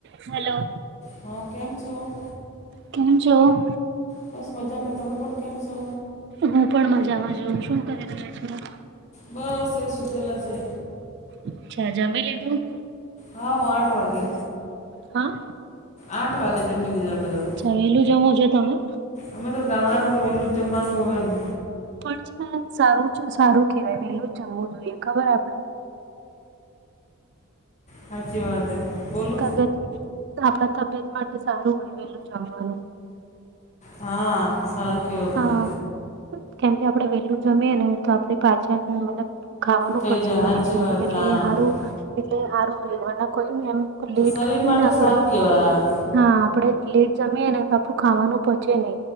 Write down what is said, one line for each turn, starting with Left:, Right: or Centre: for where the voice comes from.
Right: હાલો.
Left: હા! કેમ છો?
Right: કેમ છો?
Left: બસ. મજામાં. તમે પણ, કેમ છો?
Right: હું પણ મજામાં છુ. શું કરી રહ્યો છો?
Left: બસ સુતેલા છે.
Right: અચ્છા. જમી લીધું?
Left: હાવ. આઠ વાગે.
Right: હા!
Left: આઠ વાગે જમીલીધા અમે તો.
Right: જમેલું જમો છો તમે?
Left: અમે તો ગામડામાં તો વેલું જમવાનું હોય ને.
Right: પણ છે સારું સારું કેવાય વેલું જ જમવું જોઈએ. ખબર આપડે
Left: સાચી વાત હે. બોલો
Right: તબિયત આપણા તબિયત માટે સારું વેલું જમવાનું.
Left: હા સારું. કહેવો
Right: હા
Left: તમે
Right: કેમકે આપડે વેલું જમીએ ને તો આપડી પાચન મતલબ ખાવાનું
Left: થઈ
Right: પચી જાય
Left: સાચી
Right: છે
Left: વાત
Right: એટલે
Left: હા
Right: એ હારું એટલે એ હારું રેવા માં કોઈ એમ લેટ
Left: શરીર
Right: ખાઈ
Left: માટે
Right: ને આપડે
Left: સારું કેવાય.
Right: હા આપડે લેટ જમીએ ને તો આપડું ખાવાનું પચે નઇ